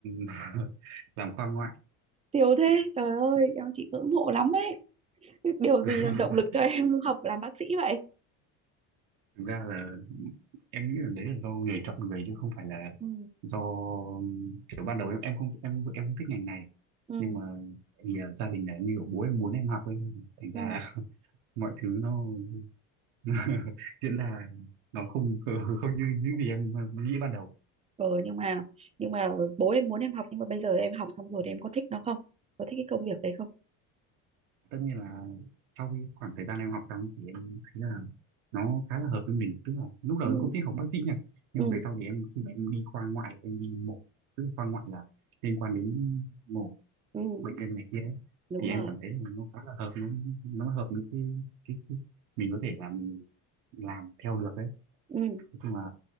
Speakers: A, on the right; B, on the right.
A: <laughs> làm khoa ngoại
B: siêu thế, trời ơi, em chị ngưỡng mộ lắm ấy. Cái Điều
A: <laughs>
B: gì làm động lực cho em <laughs> học làm bác sĩ vậy?
A: thực ra là em nghĩ là đấy là do nghề chọn người chứ không phải là
B: Ừ.
A: do kiểu ban đầu em em không em em không thích ngành này
B: Ừ,
A: nhưng mà vì ờ, gia đình là như kiểu bố em muốn em học ấy thành
B: ừ.
A: ra là <laughs> mọi thứ nó <laughs> diễn ra nó không không như những gì em nghĩ ban đầu
B: Ờ, nhưng mà, nhưng mà bố em muốn em học, nhưng mà bây giờ em học xong rồi thì em có thích nó không? Có thích cái công việc đấy không?
A: tất nhiên là sau khi khoảng thời gian em học xong thì em thấy là nó khá là hợp với mình tức là lúc đầu
B: Ừ,
A: em không thích học bác sĩ nha nhưng
B: ừ,
A: mà về sau thì em khi mà em đi khoa ngoại em đi mổ tức là khoa ngoại là liên quan đến mổ
B: ừ,
A: bệnh nhân này kia ấy,
B: đúng
A: thì
B: rồi.
A: em cảm thấy là nó khá là hợp nó nó hợp với cái, cái, cái mình có thể là mình làm theo được đấy
B: Ừ,
A: nói chung là